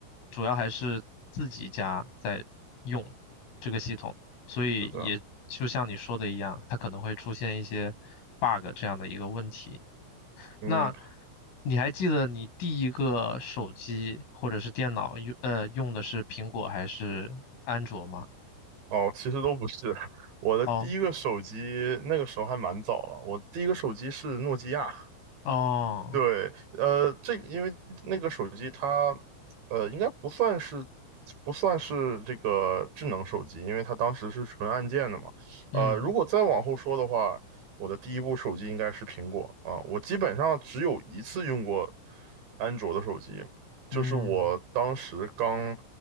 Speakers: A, on the left; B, on the right.
A: 主要还是自己家在用这个系统，所以也就像你说的一样，
B: 是的，
A: 它可能会出现一些 bug 这样的一个问题。
B: 嗯。
A: 那你还记得你第一个手机或者是电脑用呃用的是苹果还是安卓吗？
B: 哦，其实都不是。<laughs> 我的第一个手机那个时候还蛮早了，
A: 哦
B: 我第一个手机是诺基亚，
A: 哦，
B: 对，呃，这个因为那个手机它，呃，应该不算是不算是这个智能手机，因为它当时是纯按键的嘛。
A: 嗯
B: 呃，如果再往后说的话，我的第一部手机应该是苹果啊，我基本上只有一次用过安卓的手机，
A: 嗯。
B: 就是我当时刚，